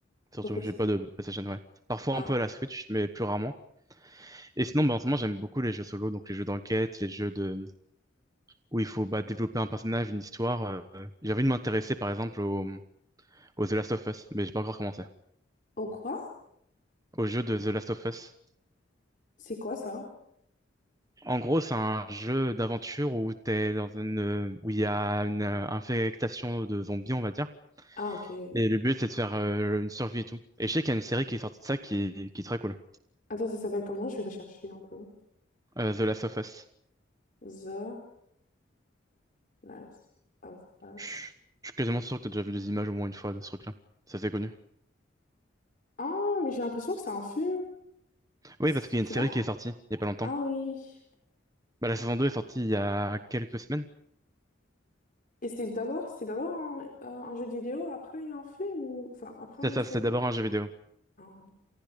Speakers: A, on the right; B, on the left.
A: surtout,
B: pour PC?
A: j'ai pas de PlayStation, ouais. Parfois
B: Ah,
A: un peu à la Switch, mais plus rarement. Et sinon, bah, en ce moment, j'aime beaucoup les jeux solo, donc les jeux d'enquête, les jeux de où il faut bah, développer un personnage, une histoire. euh, J'ai envie de m'intéresser par exemple au... au The Last of Us, mais j'ai pas encore commencé.
B: oh quoi?
A: Au jeu de The Last of Us.
B: C'est quoi ça?
A: En gros, c'est un jeu d'aventure où t'es dans une où il y a une euh, infectation de zombies, on va dire.
B: Ah, ok.
A: Et le but, c'est de faire euh, une survie et tout. Et je sais qu'il y a une série qui est sortie de ça qui, qui est très cool.
B: Attends, ça s'appelle comment? Je vais rechercher un peu.
A: Euh, The Last of Us.
B: The Last of Us.
A: Je suis je suis quasiment sûr que t'as déjà vu les images au moins une fois de ce truc-là. Ça c'est connu.
B: Ah, mais j'ai l'impression que c'est un film.
A: Oui,
B: C'est
A: parce qu'il y a une série
B: pas?
A: qui est sortie il y a pas longtemps.
B: Ah oui.
A: Bah, la saison 2 est sortie il y a quelques semaines.
B: Et c'était d'abord, c'était d'abord un, un- un jeu de vidéo, après il y a un film ou, enfin, après
A: Ça,
B: une
A: ça,
B: série?
A: c'est d'abord un jeu vidéo
B: Ah,